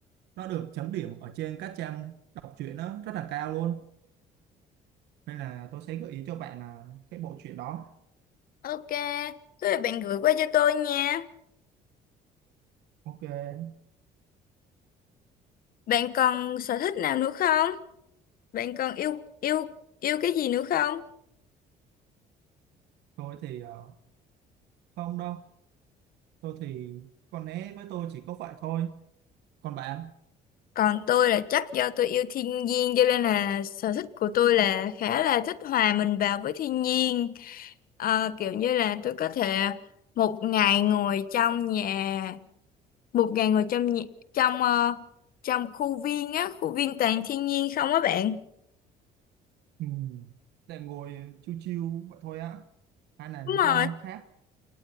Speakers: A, on the right; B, on the left.
A: nó được chấm điểm ở trên các trang đọc truyện nó rất là cao luôn nên là tôi sẽ gợi ý cho bạn là cái bộ truyện đó
B: Ok, thế là bạn gửi qua cho tôi nha.
A: ok
B: Bạn còn sở thích nào nữa không? Bạn còn yêu yêu yêu cái gì nữa không?
A: tôi thì ờ, không đâu tôi thì có lẽ với tôi chỉ có vậy thôi còn bạn
B: Còn tôi là chắc do tôi yêu thiên nhiên cho nên là sở thích của tôi là khá là thích hòa mình vào với thiên nhiên. Ờ, kiểu như là tôi có thể một ngày ngồi trong nhà, một ngày ngồi trong nhà, trong ờ, trong khu viên á, khu viên toàn thiên nhiên không á bạn?
A: ừ. để ngồi chiêu chiêu vậy thôi á hay là
B: Đúng
A: lý
B: rồi.
A: do khác